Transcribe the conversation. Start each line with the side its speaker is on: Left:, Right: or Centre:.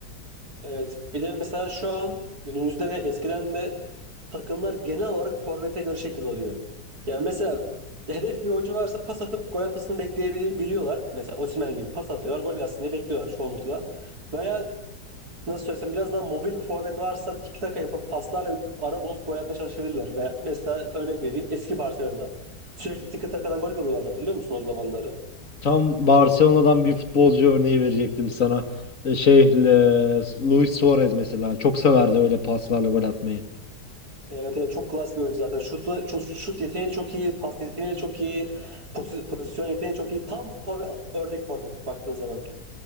Right: Evet. Bir de mesela şu an günümüzde de eskiden de takımlar genel olarak forvete göre şekil alıyor. Yani mesela hedef bir oyuncu varsa pas atıp gol atmasını bekleyebiliyorlar. Mesela Osimhen gibi pas atıyorlar, gol atsın diye bekliyorlar çoğunlukla. Veya nasıl söylesem biraz daha mobil bir forvet varsa tiki taka yapıp paslarla ara bulup gol atmaya çalışabilirler. Ve mesela örnek vereyim eski Barcelona. Sürekli tiki takadan gol vuruyorlardı hatırlıyor musun o zamanları?
Left: Tam Barcelona'dan bir futbolcu örneği verecektim sana. E, Şey, e, Luis Suarez mesela çok severdi öyle paslarla gol atmayı.
Right: Evet, evet çok klas bir oyuncu zaten. Şutu, şut, şut yeteneği çok iyi, pas yeteneği çok iyi, pozi- pozisyon yeteneği çok iyi. Tam for, örnek forvet baktığın zaman.